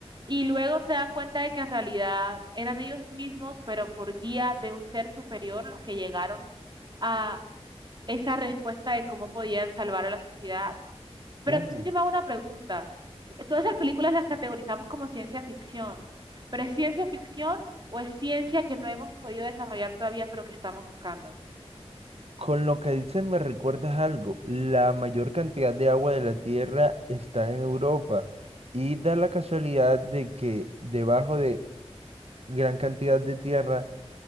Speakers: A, on the right (about 45°); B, on the right (about 65°).
A: Y luego se dan cuenta de que en realidad eran ellos mismos, pero por guía de un ser superior los que llegaron a esa respuesta de cómo podían salvar a la sociedad. Pero
B: Uh.
A: entonces yo me hago una pregunta. Todas esas películas las categorizamos como ciencia ficción, pero ¿es ciencia ficción o es ciencia que no hemos podido desarrollar todavía, pero que estamos buscando?
B: Con lo que dices me recuerdas algo. La mayor cantidad de agua de la Tierra está en Europa y da la casualidad de que debajo de gran cantidad de tierra